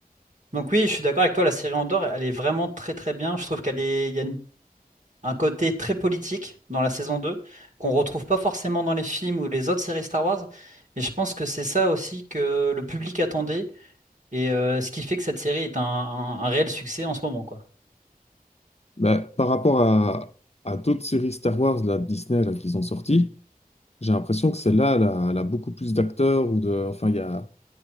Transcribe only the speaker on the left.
bah, par rapport à, à d'autres séries Star Wars, là, de Disney, là, qu'ils ont sorties, j'ai l'impression que celle-là, elle a, elle a beaucoup plus d'acteurs ou de, enfin, il y a,